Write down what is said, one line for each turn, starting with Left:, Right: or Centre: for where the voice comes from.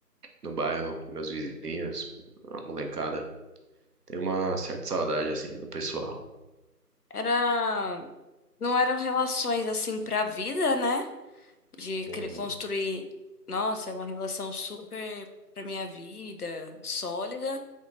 Right: no bairro, com meus vizinhos, a molecada. Tem uma certa saudade assim do pessoal.
Left: Era. Não eram relações assim pra vida, né? De
Right: Uhum,
Left: cri- construir. Nossa, é uma relação super pra minha vida, sólida,